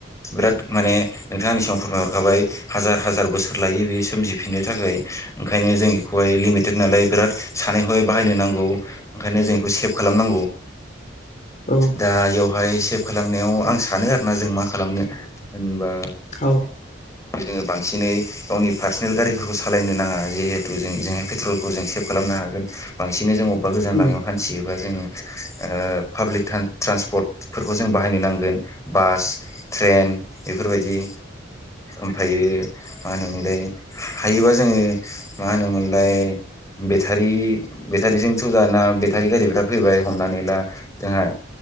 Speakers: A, on the left; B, on the left.
A: बिराद माने नोंथांनि सिगाव फोरमायहरखाबाय हाजार हाजार बोसोर लायो बेयो सोमजिफिननो थाखाय ओंखायनो जों बेखौहाय लिमिटेड नालाय बिराद सानै हनै बायनोनांगौ ओंखायनो जों बेखौ सेभ खालाम दा
B: औ
A: बेयावहाय खालामनायाव आं सानो आरोना जों मा खालामनो होनबा
B: औ
A: जोङो बांसिनै गावनि पार्सनेल गारिफोरखौ स खालामालायनो नाङा जिहेथु जों जोंहाय पेट्रलखौ जों सेभ खालामनो हागोन बांसिन जों अबेबा गोजान
B: उम
A: लामायाव हानथियो बा जोंङो ओ पाब्लिक ट्रान्सपर्ट फोरखौ जों बाहायनो नांगोन बास ट्रेन बेफोरबायदि ओमफ्रायो मा होनोमोनलाय हायोबा जोङो मा होनोमोनलाय लाय‌ बेथारि बेतारिजोंथ' दाना बेतारि गारिफोरा फैबाय हमनानै ला जोंहा